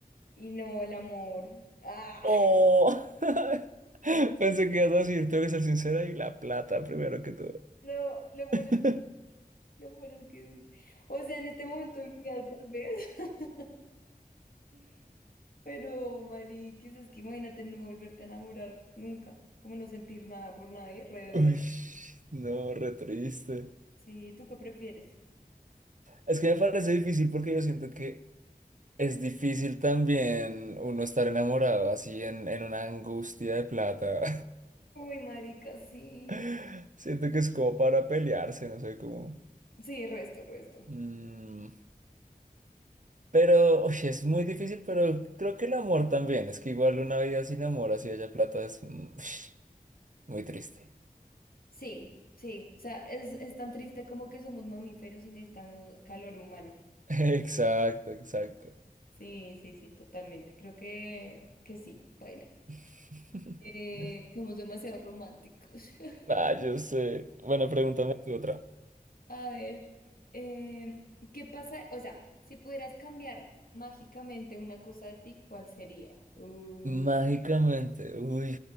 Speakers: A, on the left; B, on the right.
A: y no el amor. Ah,
B: Oh,
A: <laughs>
B: <laughs> pensé que ibas a decir, tengo que ser sincera y la plata primero que todo.
A: lo, lo peor
B: <laughs>
A: Lo peor es que, o sea, en este momento de mi vida tal vez, <laughs> pero Mari, quizás que imagínate no volverte a enamorar nunca, como no sentir nada por nadie, re de-
B: Uy, no, re triste.
A: Sí, ¿tú qué prefieres?
B: Es que me parece difícil porque yo siento que es difícil también uno estar enamorado así en, en una angustia de plata.
A: Uy, marica, sí.
B: <laughs> Siento que es como para pelearse, no sé cómo.
A: Sí, resto, resto.
B: Mm, pero, uy, es muy difícil, pero creo que el amor también. Es que igual una vida sin amor, así haya plata, es mm, <sniffs> muy triste.
A: Sí, sí, o sea, es, es tan triste como que somos mamíferos y necesitamos calor humano.
B: <laughs> Exacto, exacto.
A: Sí, sí, sí, totalmente. Creo que, que sí, baila.
B: <laughs>
A: Eh, somos demasiado románticos. <laughs>
B: Ah, yo sé. Bueno, pregúntame tú otra.
A: A ver, em, ¿qué pasa? O sea, si pudieras cambiar mágicamente una cosa de ti, ¿cuál sería? Uh,
B: Mágicamente. Uy,